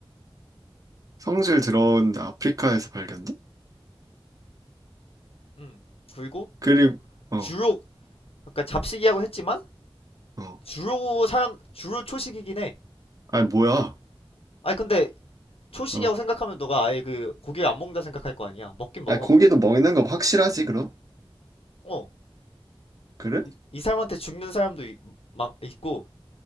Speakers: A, on the right; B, on the left.
A: 성질 들어온데 아프리카에서 발견돼?
B: 음. 그리고
A: 그리고 어,
B: 주로 그러니까 잡식이라고 했지만
A: 어.
B: 주로 사람 주로 초식이긴 해.
A: 아니 뭐야?
B: 아니 근데 초식이라고
A: 어.
B: 생각하면 너가 아예 그 고기를 안 먹는다 생각할 거 아니야. 먹긴 먹어.
A: 아니 고기도 먹는 거 확실하지 그럼?
B: 어.
A: 그래?
B: 이, 이 사람한테 죽는 사람도 이- 막 있고